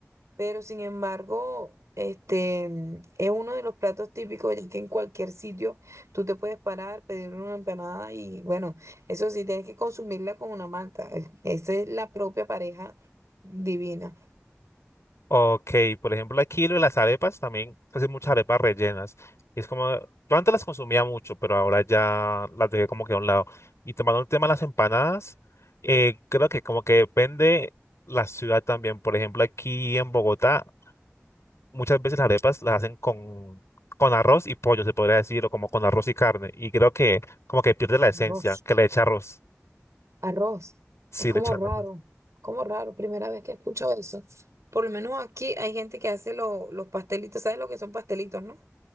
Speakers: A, on the right (about 80°); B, on the left (about 65°).
A: Pero sin embargo, este es uno de los platos típicos, ya que en cualquier sitio tú te puedes parar, pedir una empanada y bueno, eso sí, tienes que consumirla con una malta. Esa es la propia pareja divina.
B: Ok, por ejemplo, aquí lo de las arepas también hacen muchas arepas rellenas. Es como, yo antes las consumía mucho, pero ahora ya las dejé como que a un lado. Y tomando el tema de las empanadas, eh, creo que como que depende la ciudad también. Por ejemplo, aquí en Bogotá, muchas veces las arepas las hacen con, con arroz y pollo, se podría decir, o como con arroz y carne. Y creo que como que pierde la esencia,
A: Dios.
B: que le echa arroz.
A: Arroz.
B: Sí,
A: Es como
B: le echa
A: raro,
B: arroz.
A: como raro. Primera vez que escucho eso. Por lo menos aquí hay gente que hace lo- los pastelitos. ¿Sabes lo que son pastelitos, no?